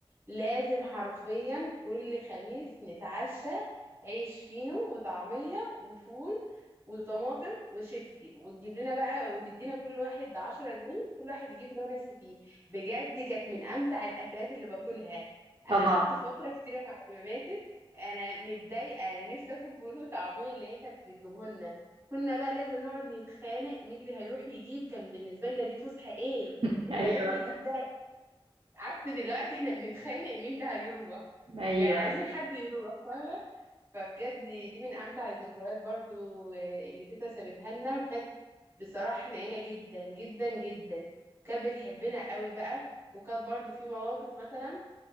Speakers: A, on the right (about 30°); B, on the right (about 65°).
A: لازم حرفيا كل خميس نتعشى عيش فينو وطعمية وفول وطماطم وشيبسي وتجيب لنا بقى وتدينا كل واحد 10 جنيه وكل واحد يجيب اللي هو نفسه فيه بجد كانت من أمتع الأكلات اللي باكلها
B: طبعا
A: أنا قعدت فترة كتيرة بعد ما ماتت انا متضايقه انا نفسي اكل فول وطعميه اللي هي كانت بتجيبه لنا كنا بقى لازم نقعد نتخانق مين اللي هيروح يجيب كان بالنسبه لنا دي فسحه ايه
B: <laughs>
A: اللي
B: ايوه
A: هيروح يجيب ده عكس دلوقتي احنا بنتخانق مين اللي هيروح
B: ايوه
A: يعني عايزين
B: ايوه
A: حد يروح فاهمه فبجد دي من امتع الذكريات برضو آه، اللي تيتا سابتها لنا وكانت بصراحه حنينه جدا جدا جدا كانت بتحبنا قوي بقى وكانت برضو في مواقف مثلا